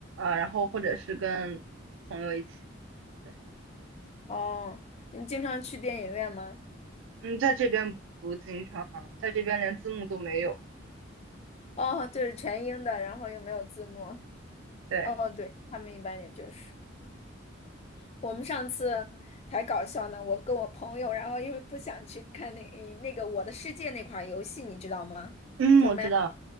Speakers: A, on the right (about 70°); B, on the left (about 30°).
A: 然后或者是跟朋友一起，对，
B: 哦，你经常去电影院吗？
A: 嗯，在这边不经常，在这边连字幕都没有，
B: 哦，就是全英的，然后又没有字幕。
A: 对，
B: 哦，对，他们一般也就是。我们上次才搞笑呢，我跟我朋友，然后因为不想去看那那个《我的世界》那款游戏，你知道吗？
A: 嗯，
B: 就
A: 我知道，
B: m a